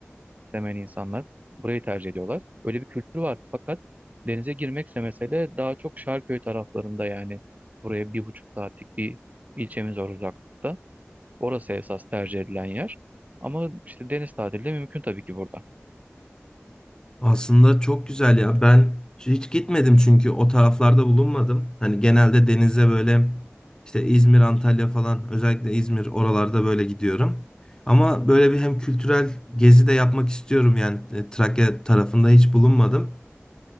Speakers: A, on the right; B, on the left.
A: istemeyen insanlar burayı tercih ediyorlar. Böyle bir kültür var fakat denize girmekse mesele daha çok Şarköy taraflarında yani buraya bir buçuk saatlik bir ilçemiz var uzaklıkta. Orası esas tercih edilen yer. Ama işte deniz tatili de mümkün tabii ki burada.
B: Aslında çok güzel ya. Ben hiç gitmedim çünkü o taraflarda bulunmadım. Hani genelde denize böyle işte İzmir, Antalya falan özellikle İzmir oralarda böyle gidiyorum. Ama böyle bir hem kültürel gezi de yapmak istiyorum yani E, Trakya tarafında hiç bulunmadım.